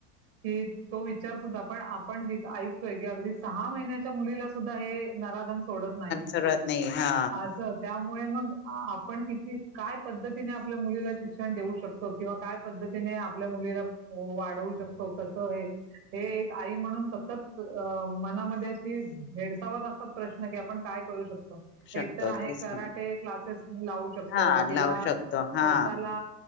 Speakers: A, on the right; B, on the left.
A: की तो वि विचार सुद्धा पण आपण ज ऐकतोय, की अगदी सहा महिन्याच्या मुलीला सुद्धा हे नराधम सोडत नाही
B: सरत नाही हा
A: आज त्यामुळे मग आपण किती काय पद्धतीने, आपल्या मुलीला शिक्षण देऊ शकतो. किंवा काय पद्धतीने आपल्या मुलीला वाढवू शकतो कसं हे हे एक आई म्हणून सतत अ मनामध्ये अशी भेडसावत अस प्रश्न की आपण काय करू शकतो.
B: शकतो
A: एक तर आहे
B: तेच
A: कराटे
B: ना
A: क्लासेस लावू शकतो,
B: हा
A: तिला
B: लावू शकतो
A: स्वतःला
B: हा